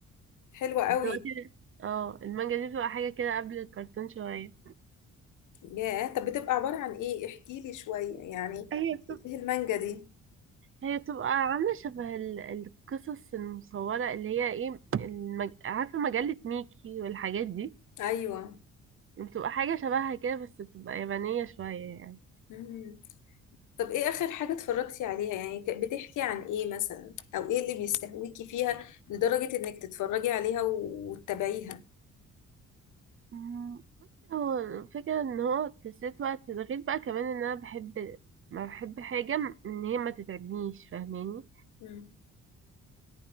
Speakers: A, on the left; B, on the right.
A: حلوة قوي
B: دلوقتي اه المانجا دي بتبقى حاجة كده قبل الكرتون شوية
A: ياه طب بتبقى عبارة عن ايه احكي لي شوية يعني
B: هي بتبقى
A: ايه المانجا دي
B: هي بتبقى عاملة شبه ال- القصص المصورة اللي هي ايه المج... عارفة مجلة ميكي والحاجات دي
A: ايوه
B: بتبقى حاجة شبهها كده بس بتبقى يابانية شوية يعني
A: مم. طب ايه اخر حاجة اتفرجتي عليها يعني ك- بتحكي عن ايه مثلا او ايه اللي بيستهويكي فيها لدرجة انك تتفرجي عليها و- وتتابعيها
B: مم، بصي هو الفكرة ان هو تسليت وقت ده غير بقى كمان ان انا بحب ما بحب حاجة م- ان هي ما تتعبنيش فاهماني
A: مم.